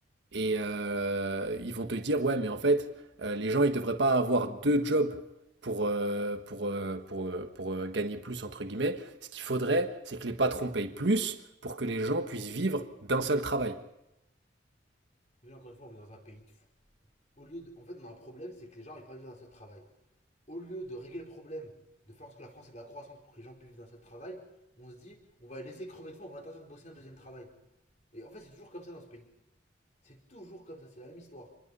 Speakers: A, on the right (about 65°); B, on the left (about 35°).
A: et euh, ils vont te dire, ouais, mais en fait, euh, les gens, ils devraient pas avoir deux jobs pour, euh, pour, euh, pour, euh, pour, euh, gagner plus, entre guillemets. Ce qu'il faudrait, c'est que les patrons payent plus pour que les gens puissent vivre d'un seul travail.
B: Mais là, encore une fois, on vit dans un pays de fous. Au lieu de... En fait, on a un problème, c'est que les gens n'arrivent pas à vivre d'un seul travail. au lieu de régler le problème, de faire en sorte que la France ait de la croissance pour que les gens puissent vivre d'un seul travail, on se dit, on va les laisser crever de faim, on va interdire de bosser un deuxième travail. Et en fait, c'est toujours comme ça dans ce pays. C'est toujours comme ça, c'est la même histoire.